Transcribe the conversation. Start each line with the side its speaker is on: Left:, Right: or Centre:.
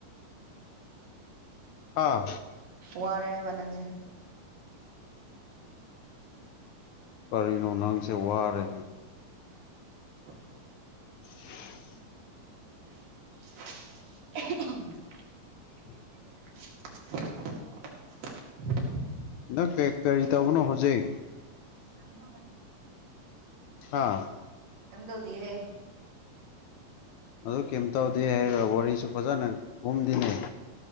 Left: ꯑꯥ
Right: ꯋꯥꯔꯦ ꯍꯥꯏꯕ ꯅꯪꯁꯦ
Left: ꯀꯔꯤꯅ ꯅꯪꯁ ꯋꯥꯔ
Right: <unintelligible>
Left: <unintelligible>
Right: ꯎ
Left: ꯎꯝ
Right: <unintelligible>
Left: ꯪ ꯀꯔꯤ ꯇꯧꯕꯅꯣ ꯍꯧꯖꯤꯛ
Right: ꯆ ꯇꯧꯅ
Left: ꯑꯥ
Right: ꯍ ꯇꯧꯗꯤꯑꯦ
Left: ꯑꯗꯨ ꯀꯩꯝꯇꯧꯗꯦ ꯍꯥꯏꯔꯒ ꯋꯥꯔꯤꯁꯨ ꯐꯖꯅ ꯀꯨꯝꯗꯤꯅꯩ